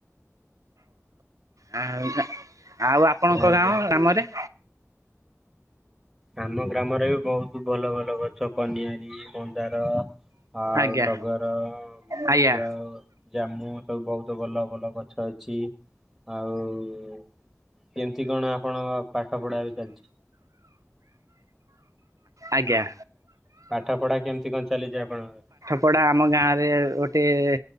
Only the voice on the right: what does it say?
ହଁ ଆଉ ଆପଣଙ୍କ
ଗାଁ ଗ୍ରାମରେ?
ଆଜ୍ଞା
ଆଜ୍ଞା
ଆଜ୍ଞା।
ଠପଡ଼ା ଆମ ଗାଁରେ ଗୋଟେ-ଏ-ଏ